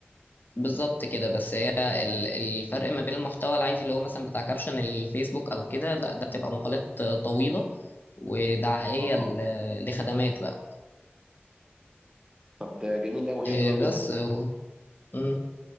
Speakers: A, on the left; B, on the right.
A: بالظبط كده بس هي ال- الفرق ما بين المحتوى العادي اللي هو مثلا بتاع كابشن الفيسبوك او كده لا ده بتبقى مقالات طويلة ودعائية
B: اه
A: ل- لخدمات بقى
B: طب ده جميل قوي
A: إيه،
B: حلو قوي ده
A: بس و- مم.